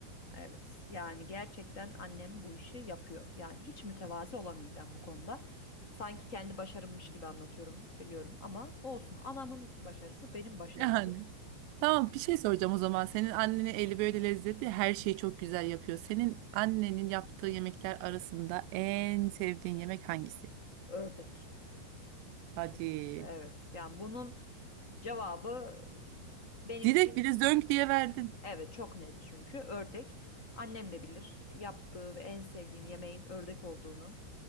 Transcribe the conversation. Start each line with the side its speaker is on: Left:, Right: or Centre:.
Left: Evet, yani gerçekten annem bu işi yapıyor. Yani hiç mütevazi olamayacağım bu konuda. Sanki kendi başarımmış gibi anlatıyorum, biliyorum ama olsun. Anamın başarısı benim başarımdır.
Right: Yani. Tamam bir şey soracağım o zaman. Senin annenin eli böyle lezzetli, her şeyi çok güzel yapıyor. Senin annenin yaptığı yemekler arasında en sevdiğin yemek hangisi?
Left: Ördek.
Right: Hadi.
Left: Kesinlikle evet. Yani bunun cevabı benim
Right: Direkt
Left: için
Right: bile zönk diye verdin.
Left: Evet çok net çünkü ördek. Annem de bilir yaptığı ve en sevdiğim yemeğin ördek olduğunu.